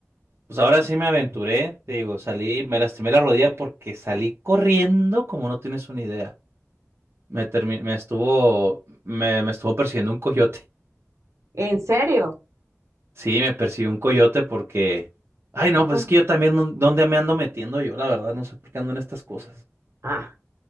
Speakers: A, on the right (about 45°); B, on the right (about 65°).
A: pues ahora sí me aventuré, te digo, salí, me lastimé la rodilla porque salí corriendo como no tienes una idea. Me termi- me estuvo, me, me estuvo persiguiendo un coyote.
B: ¿En serio?
A: Sí, me persiguió un coyote porque. Ay, no,
B: ¿Y cómo?
A: pues es que yo también, ¿dó- ¿dónde me ando metiendo yo? La verdad, no sé por qué ando en estas cosas.
B: Ah,